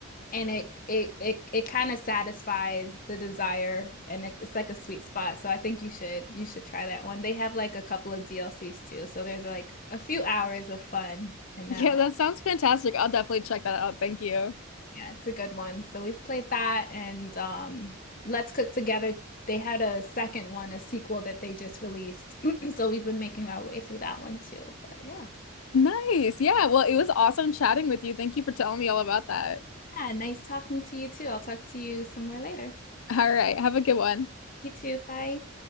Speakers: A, on the left; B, on the left.
A: And it it it it kind of satisfies the desire and it, it's like a sweet spot. So I think you should you should try that one. They have like a couple of DLCs too. So there's like a few hours of fun in that
B: Yeah,
A: one.
B: that sounds fantastic. I'll definitely check that out. Thank you.
A: Yeah, it's a good one. So we've played that and um Let's Cook Together. They had a second one, a sequel that they just released. <clears throat> So we've been making our way through that one too. But yeah.
B: Nice. Yeah, well, it was awesome chatting with you. Thank you for telling me all about that.
A: Yeah, nice talking to you too. I'll talk to you some more later.
B: All right, have a good one.
A: You too. Bye.